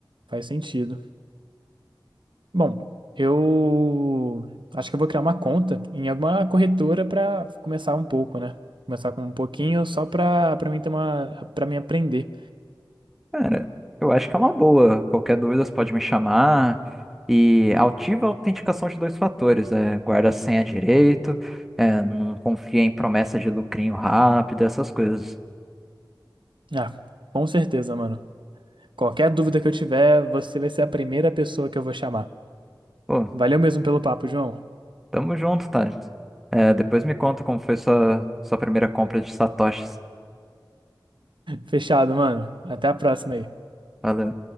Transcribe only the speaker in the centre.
Cara, eu acho que é uma boa. Qualquer dúvida, você pode me chamar. E ativa a autenticação de dois fatores. É, guarda a senha direito. é, não confia em promessa de lucrinho rápido, essas coisas.
Pô,
Tamo junto, Thales. É, depois me conta como foi sua, sua primeira compra de satoshis.
Valeu.